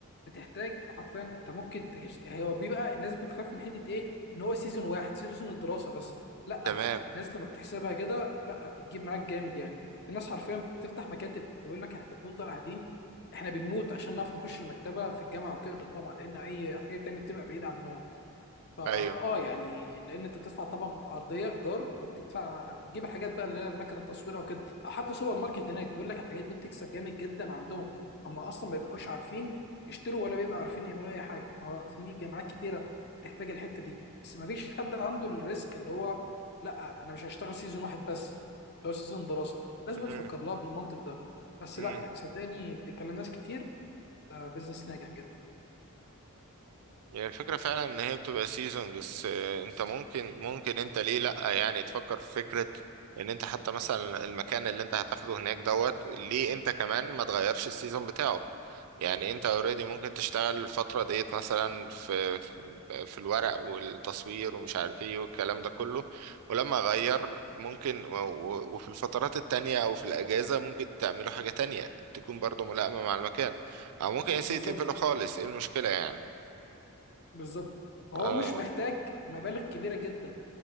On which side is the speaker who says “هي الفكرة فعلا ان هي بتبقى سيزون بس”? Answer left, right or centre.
Right